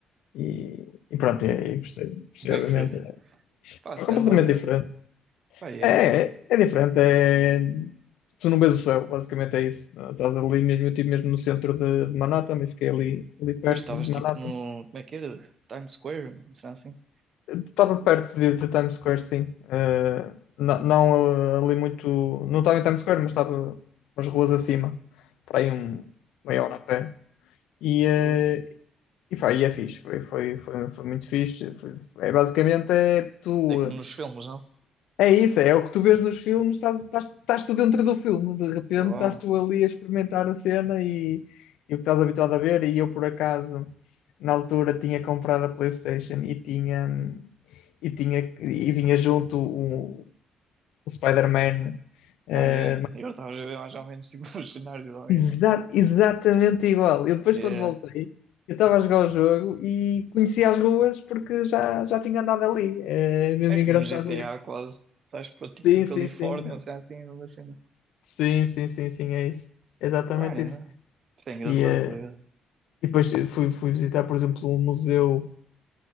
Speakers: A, on the left; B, on the right.
A: E, e pronto, é, e gostei, gostei,
B: E Como
A: obviamente.
B: é que foi? Pá, se
A: É completamente
B: é a Nova Iorque.
A: diferente.
B: Pá, é.
A: É, é, é diferente, é... tu não vês o céu, basicamente é isso. Estás ali mesmo, eu estive mesmo no centro de, de Manhattan, mas fiquei ali, ali perto
B: Depois estavas
A: de
B: tipo
A: Manhattan.
B: no. Como é que era? Times Square, não será assim?
A: Estava perto de, de Times Square, sim. Eh, na- não, eh, ali muito, não estava em Times Square, mas estava umas ruas acima, para aí um, meia hora a pé. E, eh,
B: Fogo.
A: e, pá, e é fixe, foi, foi, foi, foi muito fixe. Foi- é, basicamente é tu.
B: É como nos filmes, não?
A: É isso, é o que tu vês nos filmes, estás, estás, estás tu dentro do filme, de repente
B: Boa.
A: estás tu ali a experimentar a cena e, e o que estás habituado a ver. E eu, por acaso, na altura tinha comprado a PlayStation e tinha e, tinha, e vinha junto o, o Spider-Man. eh,
B: Ai, ai. Eu estava a ver mais ou menos tipo <laughs> os cenários ao mesmo.
A: Exa- exatamente igual. Eu depois,
B: É,
A: quando voltei, eu estava a jogar o jogo e conhecia as ruas porque já, já tinha andado ali. É mesmo
B: é como
A: engraçado
B: no GTA
A: isso.
B: quase. Sais para tipo
A: Sim,
B: Califórnia,
A: sim, sim.
B: ou seja, assim, uma cena.
A: Sim, sim, sim, sim, é isso. É Exatamente
B: Pá, é.
A: isso.
B: Isto é engraçado
A: E, eh,
B: por isso.
A: e depois fui, fui visitar, por exemplo, um museu,